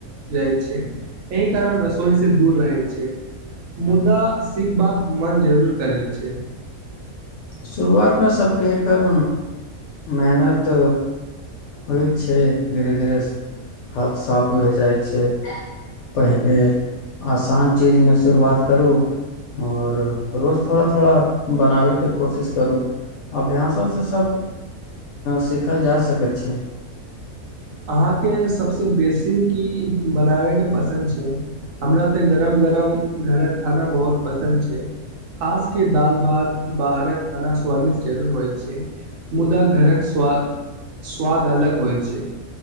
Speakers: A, on the right; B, on the left.
A: जाइत छै एहि कारण रसोई से दूर रहैत छै मुदा सिखबाक मन जरूर करैत छै
B: शुरुआतमे सभके एकर मेहनत होइ छै धीरे धीरे हाथ साफ भै जाइ छै पहिले आसान चीजमे शुरुआत करू और रोज थोड़ा थोड़ा बनाबेके कोशिश करू अभ्यासोसँ सब सीखल जा सकैत छै
A: अहाँके सभसँ बेसी की बनाबैके पसन्द छै हमरा तऽ गरम गरम घरक खाना बहुत पसन्द छै खासके दाल भात बाहरक खाना स्वादिष्ट जरू होइ छै मुदा घरक स्व स्वाद अलग होइ छै